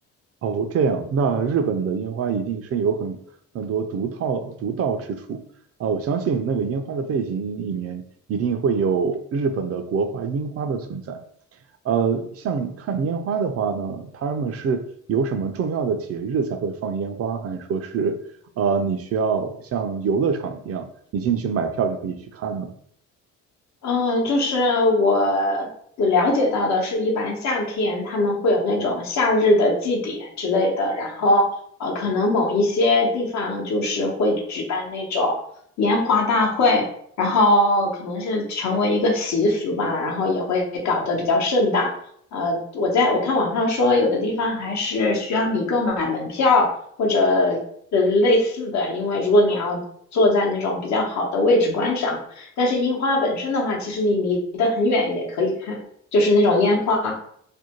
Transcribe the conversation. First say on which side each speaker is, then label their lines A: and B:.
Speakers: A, on the right; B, on the left.
A: 哦，这样，那日本的烟花一定是有很很多独到独到之处啊！我相信那个烟花的背景里面一定会有日本的国花樱花的存在。呃，像看烟花的话呢，他们是有什么重要的节日才会放烟花，还是说是呃你需要像游乐场一样，你进去买票就可以去看呢？
B: 嗯，就是我了解到的是，一般夏天他们会有那种夏日的祭典之类的，然后呃，可能某一些地方就是会举办那种烟花大会，然后可能是成为一个习俗吧，然后也会搞得比较盛大。呃，我在我看网上说，有的地方还是需要你购买门票或者呃类似的，因为如果你要坐在那种比较好的位置观赏。但是樱花本身的话，其实你离得很远也可以看，就是那种烟花。